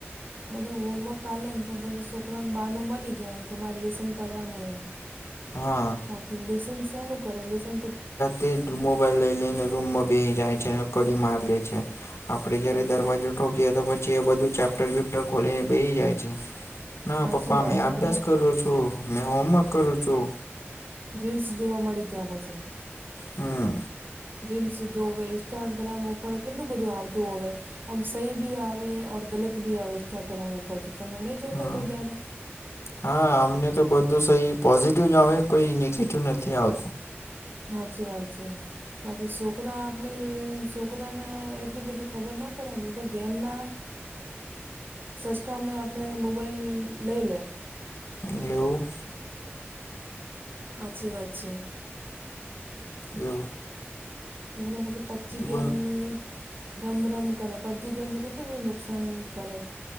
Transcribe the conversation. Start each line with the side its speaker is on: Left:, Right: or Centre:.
Right: બધા હોમવર્ક હાલે ને તો બધ છોકરાને બાનો મળી જાય કે મારે લેસન કરવાનું હોય.
Left: હા
Right: બાકી લેસન શાનું કરે લેસન તો.
Left: તે મોબાઈલ લઈ લઈને રૂમમાં બેસી જાય છે અને કડી માર લે છે આપડે જયારે
Right: હાચી
Left: દરવાજો. ઠોકીએ તો પછી એ બધું ચેપ્ટર બેપ્ટર ખોલીને બેહિ જાય છે. ના
Right: સાચી
Left: પપ્પા
Right: વાત
Left: મેં અભ્યાસ
Right: એ પેલા
Left: કરો છું મેં હોમવર્ક કરું છું.
Right: રીલ્સ જોવા મડી જા પછી.
Left: હમ.
Right: રીલ્સ જોવે ઇન્સ્ટાગ્રામ ઉપર કેટલું બધું આવતું હોવે. ઓમ સહી ભી આવેર ગલત ભી આવે ઈન્સ્ટાગ્રામ ઉપર તો તમે નહી જોતા
Left: હમ
Right: કોઈ દાડો.
Left: હા અમને તો બધું સ પોઝિટિવ જ આવે કોઈ નેગેટિવ નથી આવતું.
Right: હાચી વાત છે. બાકી છોકરા આપડી છોકરાને એટલી બધી ખબર ના પડે ને તો ગેમના. સચ કામણી આપણે મોબાઈલ લઈ લે.
Left: એવું.
Right: હાચી વાત છે.
Left: એવું
Right: જે છે પબજી ગેમ
Left: બર
Right: ને. રમ રમ કરે પબજી ગેમ તો કેટલું બધું નુકસાન કરે.